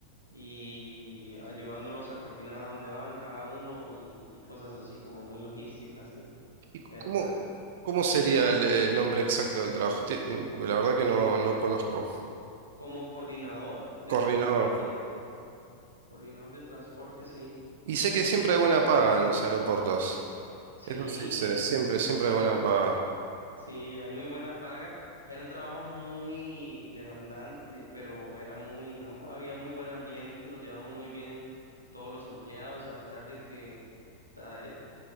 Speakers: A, on the right; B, on the right.
A: y ayudándolos a coordinar a dónde van cada uno y, y cosas así como muy logísticas de,
B: ¿Y
A: de aeropuerto.
B: cómo, cómo sería el, el nombre exacto del trabajo? Ti- Porque la verdad que no, no conozco.
A: Como coordinador de
B: Coordinador.
A: transporte, coordinador de transporte, sí,
B: Y sé que siempre hay buena paga en los aeropuertos.
A: sí,
B: Eso sí sé, siempre, siempre
A: claro.
B: hay buena paga.
A: Sí, hay muy buena paga. Era un trabajo muy demandante, pero era muy, am- había muy buen ambiente, nos llevamos muy bien todos los empleados, a pesar de que ta- eh,